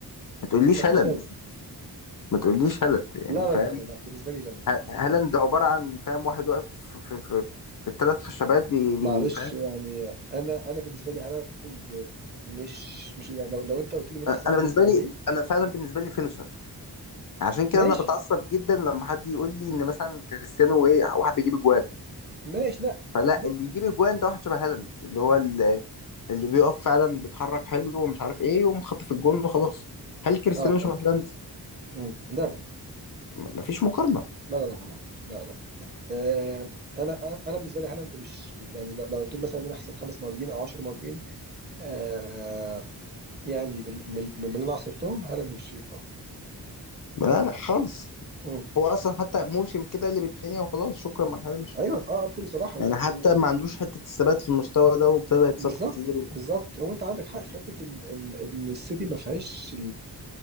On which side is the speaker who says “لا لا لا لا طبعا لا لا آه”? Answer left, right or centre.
Right